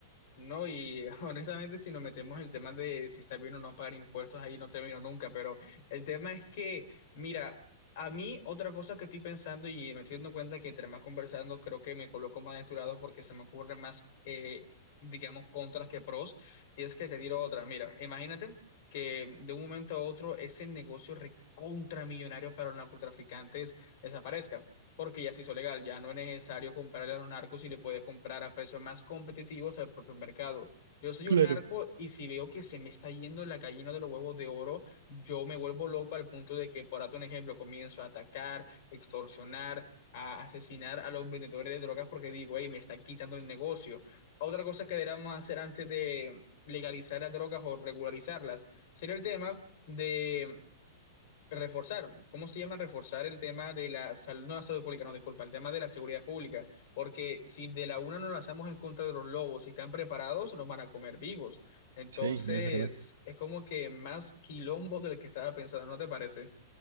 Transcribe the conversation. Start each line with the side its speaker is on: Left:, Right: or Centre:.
Left: No, y <laughs> honestamente, si nos metemos en el tema de si está bien o no pagar impuestos, ahí no termino nunca, pero el tema es que, mira, a mí otra cosa que estoy pensando y me estoy dando cuenta que entre más conversando, creo que me coloco más de tu lado porque se me ocurren más, eh, digamos, contras que pros, y es que te tiro otra, mira, imagínate que de un momento a otro ese negocio recontramillonario para los narcotraficantes desaparezca porque ya se hizo legal, ya no es necesario comprarle a los narcos y le puedes comprar a precios más competitivos al propio mercado. Yo soy un
Right: Claro.
Left: narco y si veo que se me está yendo la gallina de los huevos de oro, yo me vuelvo loco al punto de que, por darte un ejemplo, comienzo a atacar, extorsionar, a asesinar a los vendedores de drogas porque digo, hey, me está quitando el negocio. Otra cosa que deberíamos hacer antes de legalizar las drogas o regularizarlas sería el tema de Reforzar, ¿cómo se llama reforzar el tema de la salud, no la salud pública, no, disculpa, el tema de la seguridad pública? Porque si de la una nos lanzamos en contra de los lobos, si están preparados, nos van a comer vivos. Entonces,
Right: Sí, es verdad.
Left: es como que más quilombo del que estaba pensando, ¿no te parece?